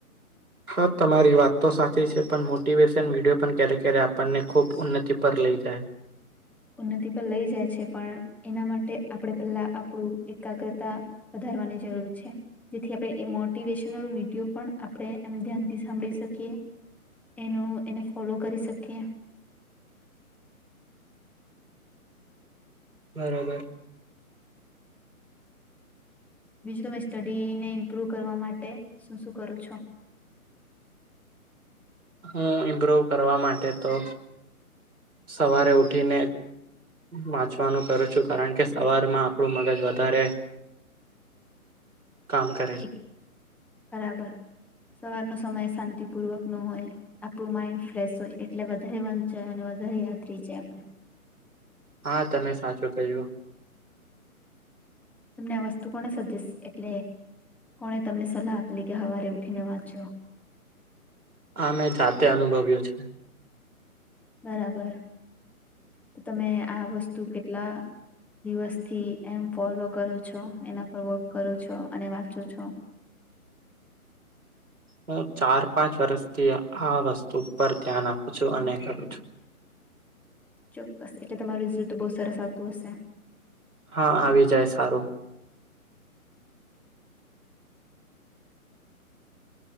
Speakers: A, on the right; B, in the centre.
A: હા, તમારી વાત તો સાચી છે પણ મોટિવેશન વિડિયો પણ ક્યારેક ક્યારે આપણને ખૂબ ઉન્નતિ પર લઈ જાય.
B: ઉન્નતિ પર લઈ જાય છે પણ એના માટે આપડે પેલા આપણું એકાગ્રતા વધારે કરવાની જરૂર છે. જેથી આપણે એ મોટિવેશનલ વિડીયો પણ આપણે એમ ધ્યાનથી સાંભળી શકીએ. એનો એને ફોલો કરી શકીએ.
A: <unintelligible> બરોબર.
B: બીજું તમે સ્ટડીને ઇમ્પ્રુવ કરવા માટે શું શું કરો છો?
A: <unintelligible> હું ઇમ્બ્રોવ કરવા માટે તો. સવારે ઉઠીને વાંચવાનું કરું છું. કારણ કે સવારમાં આપણું મગજ વધારે કામ કરે છે.
B: એક બરાબર. સવારનો સમય શાંતિપૂર્વક નો હોય, આપણું માઇન્ડ ફ્રેશ હોય એટલે વધારે વંચાય અને વધારે યાદ રહી જાય આપણે.
A: હા, તમે સાચું કહ્યું.
B: તમને આ વસ્તુ કોને સજેસ એટલે કોણે તમને સલાહ આપેલી કે હવારે ઉઠીને વાંચો?
A: આ મેં જાતે અનુભવ્યું છે.
B: બરાબર તો તમે આ વસ્તુ કેટલા- - દિવસથી એમ ફોલો કરો છો એના પર વર્ક કરો છો અને વાંચું છો
A: હું ચાર પાંચ વર્ષથી આ વસ્તુ પરર ધ્યાન આપું છું અને કરું છું. <inaudible>
B: ચોક્કસ એટલે તમારું રિઝલ તો બહુ સરસ આવતું હશે?
A: હા આવી જાય સારું.